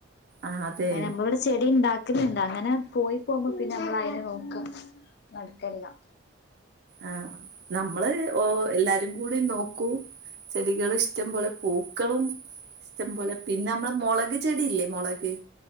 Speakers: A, on the right; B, on the left.
A: ആഹ് അതെ
B: ഏഹ് നമ്മളാെര് ചെടിണ്ടാ ക്കല്ണ്ട് അങ്ങനെ പോയി പോവുമ്പോ പിന്നെ നമ്മളയ്നെ നോക്കാ നട്ക്കെല്ലാ
A: ആഹ് നമ്മള് ഓഹ് എല്ലാരും കൂടി നോക്കൂ ചെടികള്ഷ് ഇഷ്ടം പോലെ പൂക്കളും ഇഷ്ടം പോലെ പിന്നെ നമ്മളെ മൊളക് ചെടില്ലേ മൊളക്